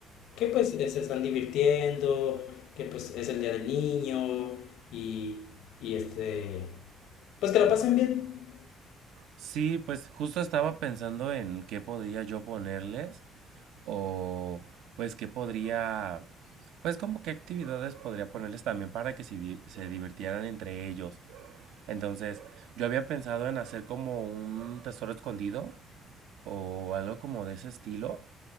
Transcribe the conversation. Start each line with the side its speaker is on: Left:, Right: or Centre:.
Left: que pues eh, se están divirtiendo, que pues es el día del niño y, y este, pues que lo pasen bien.
Right: Sí, pues justo estaba pensando en qué podría yo ponerles o pues qué podría, pues como qué actividades podría ponerles también para que se, di- se divirtieran entre ellos. Entonces, yo había pensado en hacer como un tesoro escondido, o algo como de ese estilo,